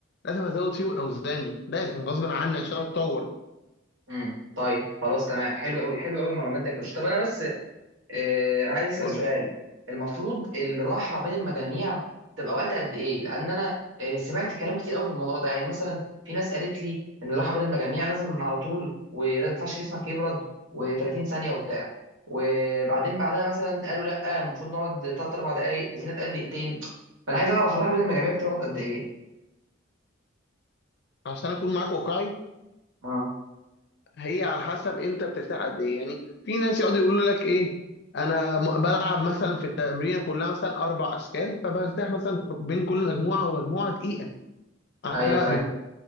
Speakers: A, on the left (about 55°); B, on the right (about 75°).
A: لازم ازود فيهم اوزاني لازم غصب عني عشان اتطور
B: امم طيب خلاص تمام حلو قوي حلو قوي المعلومات دي كويس طب انا بس آه، عايز اسال
A: قول
B: سؤال
A: لي
B: المفروض الراحه بين المجاميع تبقى وقت قد ايه لان انا آه، سمعت كلام كتير قوي في الموضوع ده يعني مثلا في ناس قالت لي ان الراحه بين المجاميع لازم على طول ولازم ما ينفعش جسمك يبرد و30 ثانيه وبتاع وبعدين بعدها مثلا قالوا لا المفروض نقعد 3 4 دقائق وفي ناس قد دقيقتين فانا عايز اعرف الراحه بين المجاميع بتقعد قد ايه
A: عشان اكون معاك واقعي
B: اه
A: هي على حسب انت بترتاح قد ايه يعني في ناس يقعدوا يقولوا لك ايه انا م- بلعب مثلا في التمرين كلها مثلا اربع اشكال فبرتاح مثلا بين كل مجموعه ومجموعه دقيقه انا
B: ايوه فاهم